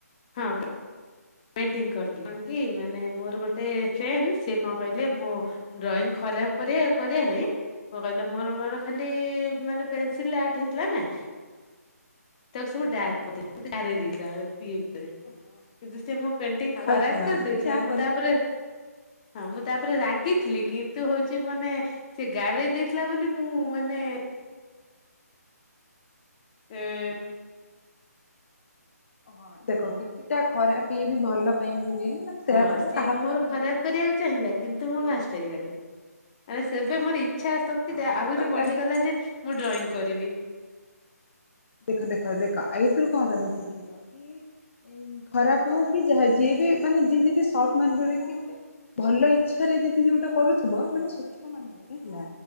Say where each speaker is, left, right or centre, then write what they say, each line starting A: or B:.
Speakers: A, on the left; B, on the left.
A: ହ ପେଣ୍ଟିଙ୍ଗ କରି କଣ କି ମାନେ ମୋର ଗୋଟେ ଫ୍ରେଣ୍ଡ ସେ କଣ କହିଲେ ମୋ ଡ୍ରଇଂ ଖରାପ କରି କରିବା ପାଇଁକଣ କହିଲେ ମୋର ମୋର ଖାଲି
B: ହଁ
A: ମାନେ
B: ହୁଁ
A: ପେନସିଲ ଆର୍ଟ ହେଇଥିଲା ନା। ତାକୁ ସବୁ ଡାର୍କ
B: ହଉ ହଁ
A: କରିଦେଲା ଗାରେଇ ଦେଇଥିଲା ସିଏ।
B: ହଁ ହଁ
A: କିନ୍ତୁ ସେ ମୋ ପେଣ୍ଟିଙ୍ଗ
B: ହଉ ଛାଡ
A: ଖରାପ
B: ଶୁଣ
A: କରିଦେଇଥିଲା।
B: ଯିଏ ଯାହା
A: ମୁଁ
B: କରିବ
A: ତା ଉପରେ ହଁ ମୁଁ ତାପରେ ରାଗିଥିଲି କିନ୍ତୁ ହଉଛି ମାନେ ସେ ଗାରେଇ ଦେଇଥିଲା ବୋଲି ମୁଁ ମାନେ ଏ
B: ହଁ ଦେଖ କିଛିଟା ଖରାପ ଇଏ ବି ଭଲ ପାଇଁ ବିି ହୁଏ। ମାନେ ସେୟା
A: ହଁ
B: ଭାବ
A: ସିଏ
B: କାହା
A: ମୋର
B: ପ୍ରତି
A: ଖରାପ
B: ଇଏ ବି ନାହିଁ।
A: କରିବାକୁ ଚାହିଁଲା କିନ୍ତୁ
B: ସିଏ
A: ମୁଁ ଫାଷ୍ଟ ହେଇଗଲି। ମାନେ ସେବେ
B: ହଁ
A: ମୋର ଇଚ୍ଛା ଶକ୍ତି
B: ହଁ
A: ଟା ଆହୁରି
B: ତ
A: ବଢିଗଲା
B: କା
A: ଯେ ମୁଁ ଡ୍ରଇଂ କରିବି।
B: ଦେଖ ଦେଖ ଦେଖ ଏଇଥିରୁ କଣ ତମେ ଶିଖିଲ କି? ଖରାପ ହଉ କି ଯାହା ଯିଏ ବି ମାନେ ଯିଏ ଯଦି ସଦ୍ ମାର୍ଗରେ ଥିବ କିଏ ଗୋଟେ ଭଲ ଇଚ୍ଛାରେ ଯଦି ଯୋଉଟା କରୁଥିବ। ମାନେ ସ୍ଵଚ୍ଛ ମନ ହେଲା